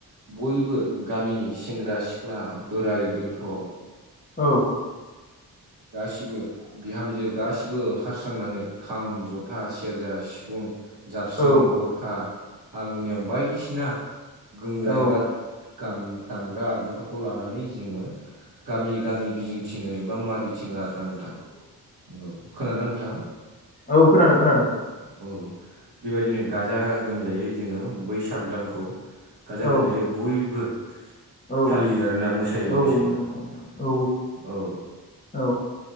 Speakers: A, on the right (about 60°); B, on the left (about 20°).
A: बयबो गामिनि सेंग्रा सिख्ला बोराय बेन्थ'
B: औ
A: गासिबो बिहामजो गाैबो ओंखारस्रांनानै खाम जथा सेरजा सिफुं जाबस्रिं
B: औ
A: गरखा हारमुनियाम बायदिसिना गोमग्रा
B: औ
A: एबा ाम दामग्रा आगजुफोरखौ लानानै जोङो गामि गामि गिदिंथिङै बा मागिथिङार खोना नोंथां औ खोनादोंदां नोंथाङा
B: औ खोनादों खोनादों
A: औ बेबायदिनो गाजा गोमजायै जोङो बैसाग दानखौ गाजा
B: औ
A: गोमजायै बयबो
B: औ
A: फालियो आरोना मोसायोै
B: औ
A: मोसायो
B: नंगौ नंगौ नोंथां औ
A: औ
B: औ